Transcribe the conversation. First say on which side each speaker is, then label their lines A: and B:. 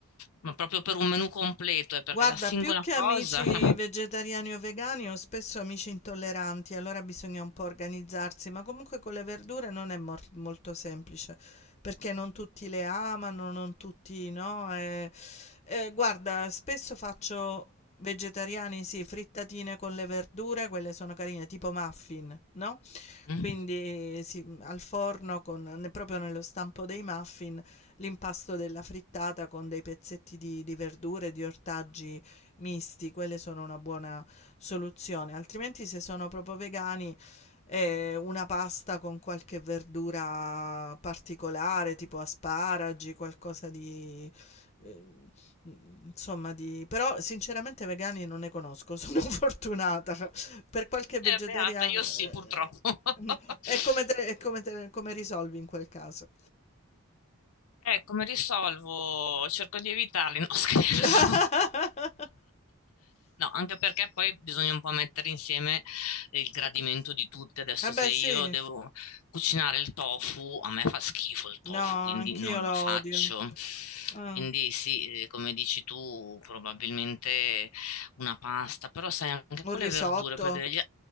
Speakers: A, on the left; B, on the left.
A: Ma proprio per un menù completo, è perché
B: Guarda,
A: la singola
B: più che amici
A: cosa... <laughs>
B: vegetariani o vegani, ho spesso amici intolleranti, allora bisogna un po' organizzarsi, ma comunque con le verdure non è mor- molto semplice, perché non tutti le amano, non tutti no. eh, eh, guarda, spesso faccio Vegetariani sì, frittatine con le verdure, quelle sono carine, tipo muffin, no,
A: Mm?
B: quindi sì, mhmm, al forno con ne proprio nello stampo dei muffin, l'impasto della frittata con dei pezzetti di di verdure, di ortaggi misti, quelle sono una buona soluzione. Altrimenti se sono proprio vegani, ehm, una pasta con qualche verdura particolare, tipo asparagi, qualcosa di, ehm Mhmm, insomma di però sinceramente vegani non ne conosco, sono <laughs> fortunata. Per qualche vegetariano
A: Eh, beata, io
B: ehm,
A: sì, purtroppo. <laughs>
B: mh, e come te e come te come risolvi in quel caso?
A: Eh, come risolvo? Cerco di evitarli, no <laughs> scherzo.
B: <laughs>
A: No, anche perché poi bisogna un po' mettere insieme il gradimento di tutti. Adesso
B: Eh
A: se
B: beh
A: io
B: sì.
A: devo cucinare il tofu, a me fa schifo il tofu,
B: No,
A: quindi
B: anch'io
A: non
B: lo
A: lo faccio.
B: odio. Ah.
A: Quindi sì, eh, come dici tu, probabilmente una pasta, però sai anche
B: Un
A: con
B: risotto.
A: le verdure, per degli,